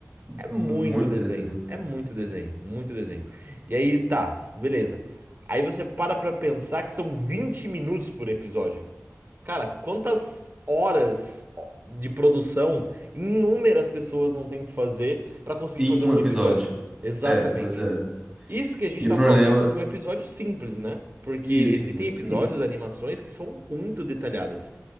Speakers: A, on the right (about 45°); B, on the right (about 15°).
A: É muito
B: um monte
A: desenho.
B: de desenho.
A: É muito desenho. Muito desenho. E aí, tá, beleza. Aí você para pra pensar que são 20 minutos por episódio. Cara, quantas horas de produção inúmeras pessoas não têm que fazer pra conseguir
B: Em
A: fazer
B: um
A: um
B: episódio.
A: episódio? Exatamente.
B: É, pois é.
A: Isso que a gente
B: E o
A: tá
B: problema.
A: falando de um episódio simples, né? Porque
B: Isso,
A: existem
B: episódio
A: episódios,
B: de ciência.
A: animações que são muito detalhadas.